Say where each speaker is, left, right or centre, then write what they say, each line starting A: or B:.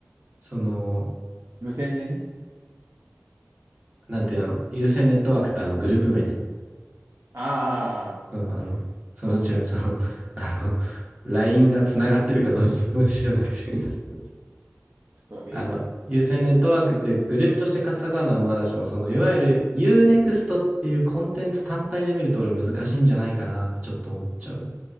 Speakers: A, on the right; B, on the right.
A: その、
B: 無線でね。
A: なんていうの、優先ネットワークってあのグループ名ね。
B: ああ、
A: そうあの、
B: はいはい。
A: その、違う、その、<laughs> あの、LINE
B: 僕じゃんち
A: が繋がってるかどうかの話じゃなくて、<laughs>
B: ょっと、
A: あの、
B: ええと思います。
A: 有線ネットワークってグループとして戦うのはまだしも、その、いわゆる Unext っていうコンテンツ単体で見ると俺難しいんじゃないかなってちょっと思っちゃう。